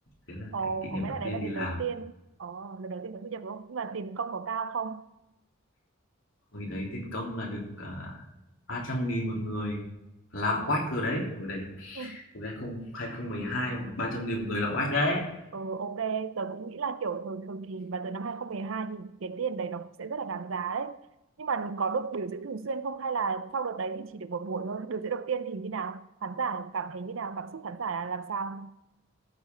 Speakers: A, on the left; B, on the right.
A: thế là
B: Ồ,
A: cái kỷ niệm
B: có nghĩa
A: đầu
B: là đấy
A: tiên
B: là lần
A: đi làm
B: đầu tiên. Ồ, lần đầu tiên mình thu nhập đúng không? Nhưng mà tiền công có cao không?
A: hồi đấy tiền công là được à, ba trăm nghìn một người là oách rồi đấy hồi đấy
B: Ừ.
A: hồi 2000 2012 mà ba trăm nghìn một người là oách đấy
B: Ừ, ok, tớ cũng nghĩ là kiểu thường thường thì và từ năm 2012 thì cái tiền đấy nó cũng sẽ rất là đáng giá đấy. Nhưng mà có được biểu diễn thường xuyên không hay là sau đợt đấy thì chỉ được một buổi thôi? Biểu diễn đầu tiên thì như nào? Khán giả cảm thấy như nào? Cảm xúc khán giả là làm sao?